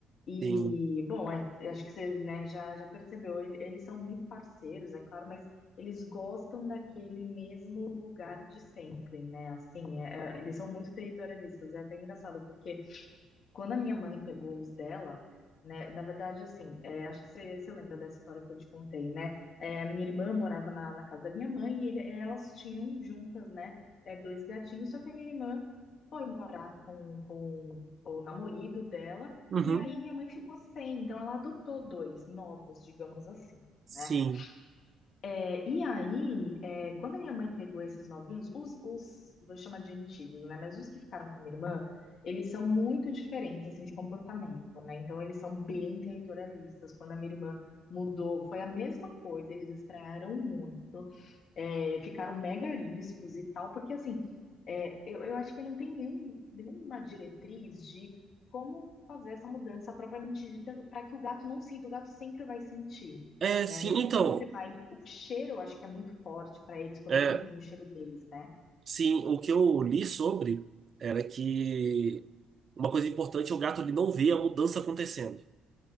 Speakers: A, on the left; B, on the right.
A: E,
B: Sim.
A: bom, é- acho que você, né, já, já percebeu, ele- eles são muito parceiros, é claro, mas eles gostam daquele mesmo lugar de sempre, né? Assim, é- é- eles são muito territorialistas. É até engraçado, porque quando a minha mãe pegou os dela, né, na verdade, assim, é, acho que você, você lembra dessa história que eu te contei, né? É, a minha irmã morava na, na casa da minha mãe e ele- é, elas tinham juntas, né, é, dois gatinhos, só que a minha irmã foi morar com, com o namorado dela
B: Uhum.
A: e aí minha mãe ficou sem, então ela adotou dois novos, digamos assim.
B: Sim.
A: né? É, e aí, é, quando a minha mãe pegou esses novinhos, os, os, vou chamar de antigos, né? Mas os que ficaram com a minha irmã, eles são muito diferentes, assim, de comportamento, né? Então, eles são bem territorialistas. Quando a minha irmã mudou, foi a mesma coisa, eles estranharam muito, é, ficaram mega ariscos e tal, porque, assim, é, eu, eu acho que não tem nenhum, nenhuma diretriz de como fazer essa mudança propriamente dita para que o gato não sinta, o gato sempre vai sentir
B: É,
A: né?
B: sim,
A: Ele
B: então.
A: sempre vai. O cheiro, eu acho que é muito forte para eles quando
B: É,
A: não tem o cheiro deles, né?
B: Sim, o que eu li sobre era que uma coisa importante é o gato ele não vê a mudança acontecendo.